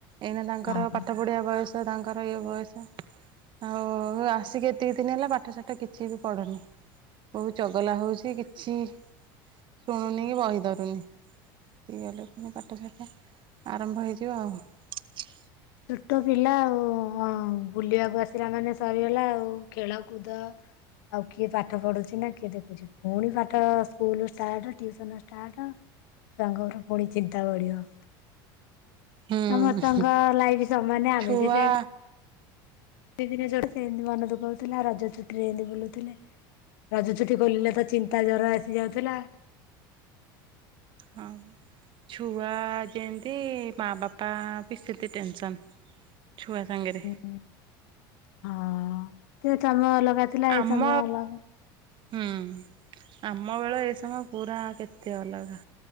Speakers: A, on the right; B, on the left.
A: ଏଇନା ତାଙ୍କର
B: ହଁ।
A: ପାଠ ପଢଆ ବୟସ। ତାଙ୍କର ଇଏ ବୟସ ଆଉ ଆସିକି ଏତିକି ଦିନ ହେଲା ପାଠ ସାଠ କିଛି ବି ପଢ଼ୁନି। ବୋହୁ ଚଗଲା ହୋଉଚି କିଛି ଶୁଣୁନି କି ବହି ଧରୁନି ତି ଗଲେ ପୁଣି ପାଠ ସାଠ ଆରମ୍ଭ ହେଇଯିବ ଆଉ।
B: ଛୋଟ ପିଲା ଆଉ ବୁଲିବାକୁ ଆସିଲା ମାନେ ସରିଗଲା ଆଉ ଖେଳ କୁଦ ଆଉ କିଏ ପାଠ ପଢୁଛି ନା କିଏ ଦେଖୁଛି ପୁଣି ପାଠ ସ୍କୁଲ ଷ୍ଟାର୍ଟ ଟିଉସନ ଷ୍ଟାଟ ଛୁଆଙ୍କର ପୁଣି ଚିନ୍ତା ବଢ଼ିବ।
A: ହୁଁ।
B: ସମସ୍ତଙ୍କ ଲାଇ ଇ ସ ମାନେ ଆମେ
A: ଛୁଆ
B: ବି ସେଇ ଦି ଦିନେ ଚଡ଼ି ସେନ୍ତି ମନ ଦୁଃଖ ହୋଉଥୁଲା ରଜଛୁଟିରେ ଏନ୍ତି ବୁଲୁଥୁଲେ। ରଜଛୁଟି ଖୋଲିଲେ ତ ଚିନ୍ତା ଜର ଆସି ଯାଉଥୁଲା।
A: ହଁ ପା ଛୁଆ ଯେମତି ମା ବାପା ବି ସେତେ ଟେନସନ୍। ଛୁଆ ସାଙ୍ଗରେ।
B: ହୁଁ ହଁ। ଏତେ ତମେ ଅଲ ଉଆ ଥିଲା
A: ଆମ
B: ଏଇ ସମୟ ଅଲଗା
A: ହୁଁ ଆମ ବେଳ ଏ ସମୟ ପୁରା କେତେ ଅଲଗା।